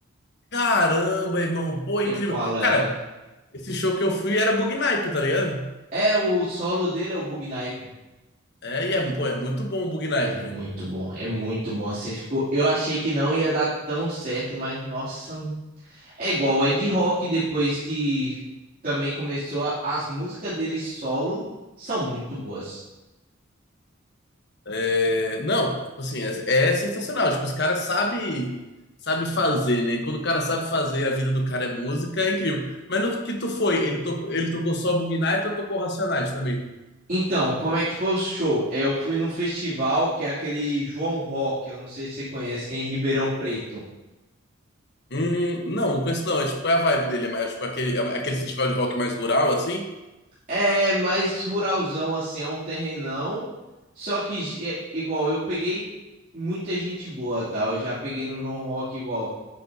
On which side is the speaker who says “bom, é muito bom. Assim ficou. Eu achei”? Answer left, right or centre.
Right